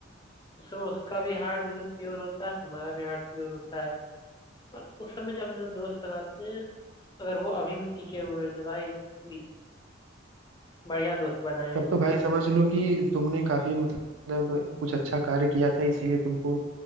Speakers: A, on the left; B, on the right.
A: उस समय उसका भी हार्ट बिल्कुल प्योर होता है हमारा भी हार्ट प्योर होता है और उस समय जब हम जो दोस्त बनाते हैं अगर वो अभी भी टिके हुए हैं तो भाई लिटरली बढ़िया दोस्त बनाए
B: तब
A: हैं।
B: तो भाई समझ लो कि तुमने काफी मतलब कुछ अच्छा कार्य किया था इसीलिए तुमको